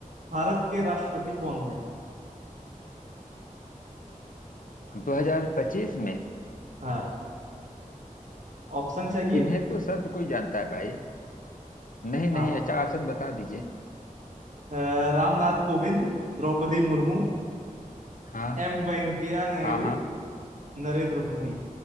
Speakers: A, on the right (about 60°); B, on the left (about 70°).
A: भारत के राष्ट्रपति कौन है
B: 2025 में
A: हाँ ऑप्शन चाहिए
B: इन्हें तो सब कोई जानता है भाई नहीं
A: हाँ
B: नहीं अच्छा ऑप्शन बता दीजिए
A: अ, रामनाथ कोविंद द्रौपदी मुर्मू
B: हाँ
A: एम वेंकैया नायडू
B: हाँ हाँ
A: नरेंद्र मोदी